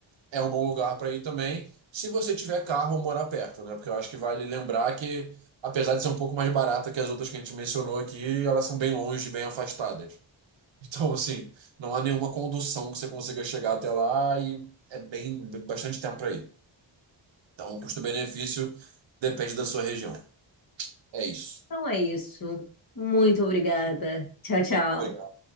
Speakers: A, on the right; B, on the left.
A: é um bom lugar para ir também, se você tiver carro ou morar perto, né? Porque eu acho que vale lembrar que, apesar de ser um pouco mais barata que as outras que a gente mencionou aqui, elas são bem longe, bem afastadas. <laughs> Então, assim, não há nenhuma condução que você consiga chegar até lá e é bem bastante tempo para ir. Então, o custo-benefício depende da sua região. É isso.
B: Então é isso. Muito obrigada. Tchau, tchau.
A: Obrigado.